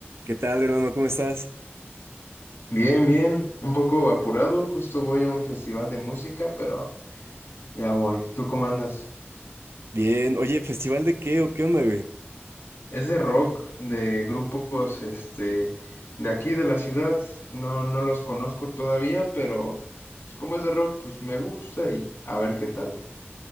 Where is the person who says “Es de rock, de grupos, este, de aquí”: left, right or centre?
Left